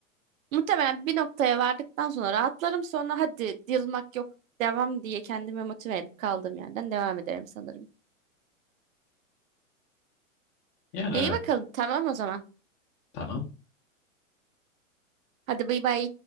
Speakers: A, on the right; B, on the left.
A: Muhtemelen bir noktaya vardıktan sonra rahatlarım sonra hadi yılmak yok devam diye kendimi motive edip kaldığım yerden devam ederim sanırım.
B: Yani
A: İyi
B: evet
A: bakalım tamam o zaman.
B: tamam.
A: Hadi bay bay.